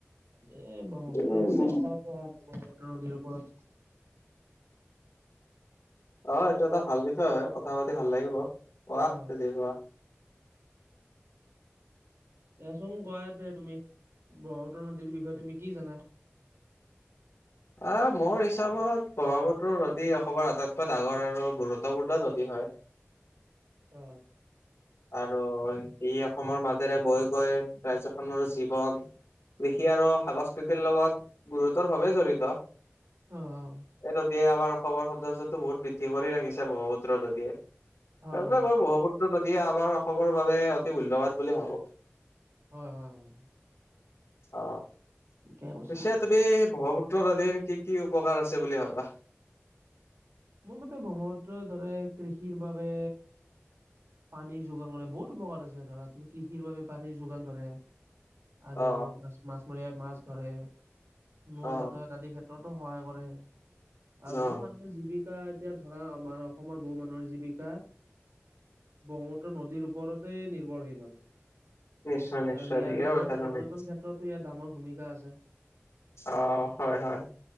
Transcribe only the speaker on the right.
এ ব্ৰহ্মপুত্ৰৰ
ওপৰতে কথা পাতো আহা ব্ৰহ্মপুত্ৰ নদীৰ ওপৰত
অ
এচোঙ কোৱাতে তুমি ব্ৰহ্মপুত্ৰ নদীৰ বিষয়ে তুমি কি জানা?
অ
অ
হয়
হয়
হয় হয় হয়।
ঠিকে
কৈছা
মোৰ মতে ব্ৰহ্মপুত্ৰ দৰে কৃষিৰ বাবে পানী যোগান কৰে বহুত উপকাৰ আছে ধৰা তুমি কৃষিৰ বাবে পানী যোগান ধৰে। আৰু
মাছ মাছ মৰিয়াই মাছ ধৰে নৌ
জাতত আদি ক্ষে ত্ৰতো সহায় কৰে আৰু
বহু মানুহৰ জীৱিক কা এতিয়া ধৰা আমাৰ অসমৰ বহু মানুহৰ জীৱিকা ব্ৰহ্মপুত্ৰ নদীৰ ওপৰতে নিৰ্ভৰশীল হয়।
আৰু ইয়াৰ
উপৰিও
পৰ্যটন
ক্ষেত্ৰতো ইয়াৰ ডামৰ ভূমিকা আছে।